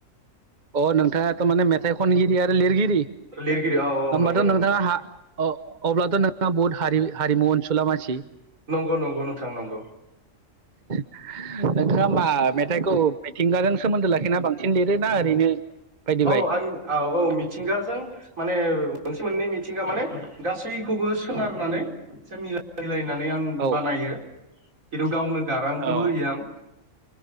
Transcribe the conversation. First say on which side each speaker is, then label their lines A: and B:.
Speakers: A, on the right; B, on the right.
A: अ नोंथाङाथ' माने मेथाइ खनगिरि आरो लिरगिरि
B: लिरगिरि औ औ
A: होमबाथ'
B: नंगौ नंगौ
A: नोंथाङा हा ओ अब्लाथ' नोंथाङा बहुत हारि हारिमु अनसुला मानसि
B: नंगौ नंगौ नोंथां नंगौ
A: <inaudible> नोंथाङा होमबा मेथाइखौ मिथिंगाजों सोमोन्दो लाखिना बांसिन लिरोना ओरैनो बायदि
B: औ
A: बाय
B: आं औ औ मिथिंगाजों माने मोनसे मोननै मिथिंगा माने गासैखौबो सोनारनानै एसे मिलायलाय नानै आं
A: औ
B: बानायो <unintelligible> गावनो गारांखोबो
A: औ
B: होयो आं